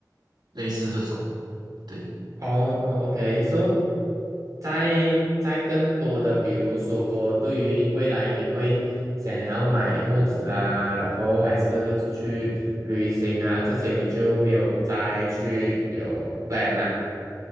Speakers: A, on the right; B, on the right.
A: 类似这种。对，
B: 哦，OK，so 在在更多的，比如说对于未来你会想要买屋子啊，然后还是出去旅行啊，这些你就没有再去有 plan 啦、